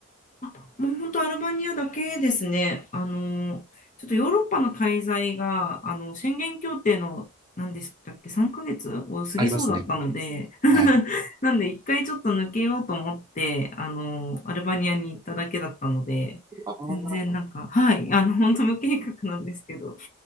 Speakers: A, on the left; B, on the right.
A: あ、もう本当アルバニアだけですね。あの、ちょっとヨーロッパの滞在が、あの、宣言協定の、何でしたっけ、3ヶ月を過ぎそうだったので、
B: ありますね。
A: <laughs>
B: はい。
A: なんで一回ちょっと抜けようと思って、あの、アルバニアに行っただけだったので、
B: ああ、
A: 全然なんか、はい、あの、本当無計画なんですけど、